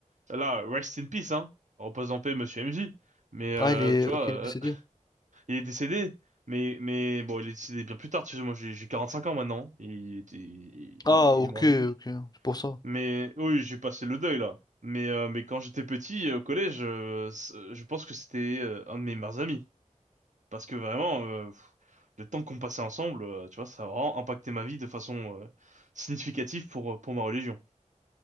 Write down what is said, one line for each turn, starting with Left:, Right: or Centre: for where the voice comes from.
Right: Là, rest in peace, hein. Repose en paix, monsieur MJ. Mais, euh,
Left: Ah, il est,
Right: tu
Left: ok,
Right: vois, euh,
Left: il est décédé.
Right: <laughs> il est décédé. Mais, mais bon, il est décédé bien plus tard. Tu sais, moi, j'ai j'ai 45 ans maintenant. Et Il était, il il
Left: Ah, ok,
Right: est mort depuis.
Left: ok, c'est pour ça. En
Right: Mais oui, j'ai passé le deuil là. Mais euh, mais quand j'étais petit euh, au collège, euh, c- je pense que c'était euh, un de mes meilleurs amis parce que vraiment euh, pff, le temps qu'on passait ensemble, euh, tu vois, ça a vraiment impacté ma vie de façon euh, significative pour euh, pour ma religion.